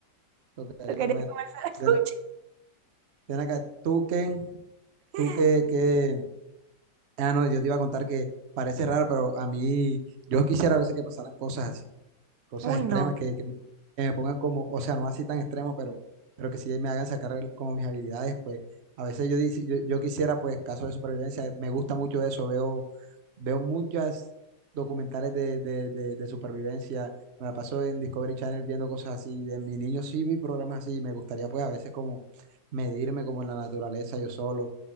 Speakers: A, on the right (about 55°); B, on the right (about 75°).
A: tocaría
B: lo quería
A: comer.
B: comer a la
A: Ven,
B: cucha.
A: a- ven acá, tú qué
B: <laughs>
A: tú qué qué Ah, no, yo te iba a contar que parece raro, pero a mí, yo quisiera a veces que pasaran cosas así. cosas
B: Uy,
A: extremas
B: no.
A: que, que me que me pongan como, o sea, no así tan extremo, pero, pero que sí me hagan sacar el- como mis habilidades, pues a veces yo, dice- yo, yo quisiera, pues, casos de supervivencia, me gusta mucho eso, veo, veo muchas documentales de, de, de, de supervivencia, me la paso en Discovery Channel viendo cosas así, de mi niño sí vi programas así, me gustaría pues a veces como medirme como en la naturaleza yo solo.